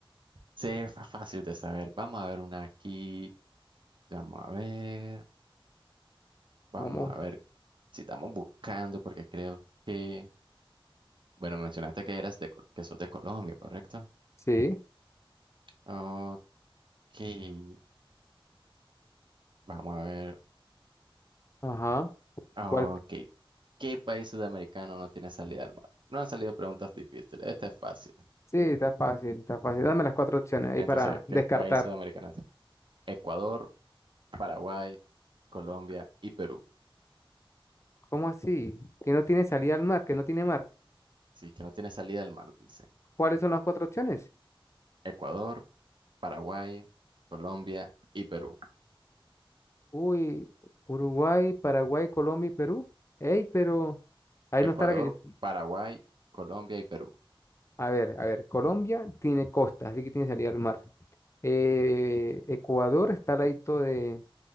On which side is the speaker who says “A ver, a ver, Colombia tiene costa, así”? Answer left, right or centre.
Left